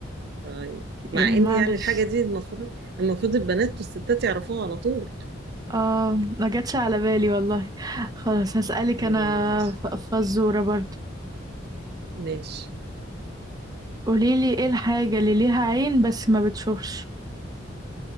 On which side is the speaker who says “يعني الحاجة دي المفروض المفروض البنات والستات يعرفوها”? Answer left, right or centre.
Right